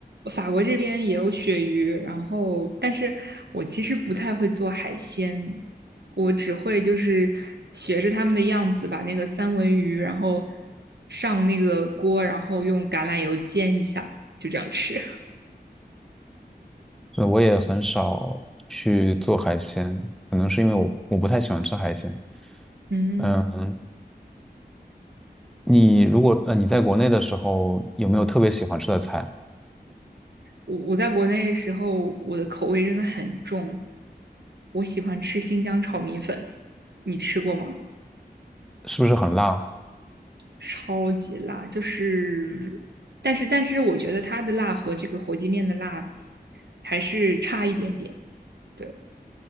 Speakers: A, on the right (about 85°); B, in the centre.
A: 法国这边也有鳕鱼，然后但是我其实不太会做海鲜，我只会就是学着他们的样子，把那个三文鱼，然后上那个锅，然后用橄榄油煎一下，就这样吃。
B: 呃我也很少去做海鲜，可能是因为我我不太喜欢吃海鲜。
A: <laughs> 嗯。
B: 嗯，你如果呃你在国内的时候有没有特别喜欢吃的菜？
A: 我我在国内的时候，我的口味真的很重，我喜欢吃新疆炒米粉，你吃过吗？
B: 是不是很辣？
A: 超级辣，就是，但是但是我觉得它的辣和这个火鸡面的辣还是差一点点。对，